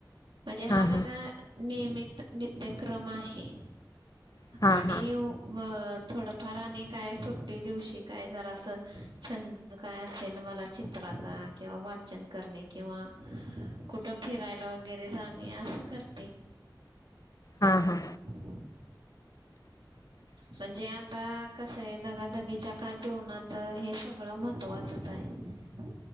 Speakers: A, on the right; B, on the left.
A: म्हणजे
B: हां
A: हा माझा
B: हां
A: नियमित नित्यक्रम आहे.
B: हां
A: आणि
B: हां
A: थोडफार आणि काय सुट्टी दिवशी काय जरा असं. छंद काय असेल मला चित्राचा किंवा वाचन करणे किंवा कुठ फिरायला वगैरे जाणे असं करते.
B: हा हा
A: <inaudible> म्हणजे आता कसं आहे दगाधगीच्या का जेवणात हे सगळं महत्वाचंच आहे <inaudible>